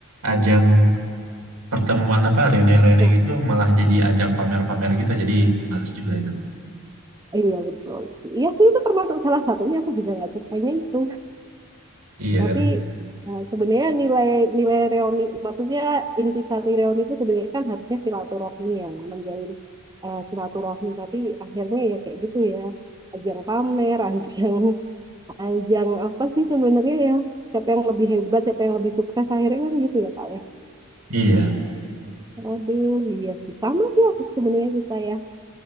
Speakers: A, on the right (about 85°); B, on the right (about 20°).
A: ajang pertemuan apa reuni-reuni
B: ya,
A: gitu malah jadi ajang pamer-pamer gitu jadi males juga itu
B: iya betul. Iya sih itu termasuk salah satunya aku juga nggak sukanya itu.
A: iya
B: Tapi
A: kan
B: eh, sebenarnya nilai nilai reuni, maksudnya intisari reuni itu sebenarnya kan harusnya silaturahmi ya, menjalin eh, silaturahmi. Tapi akhirnya ya kayak gitu ya ajang pamer, <laughs> ajang ajang apa sih sebenarnya ya siapa yang lebih hebat siapa yang lebih sukses akhirnya kan gitu ya Kak ya
A: iya
B: aduh iya sih sama sih aku sebenarnya kita ya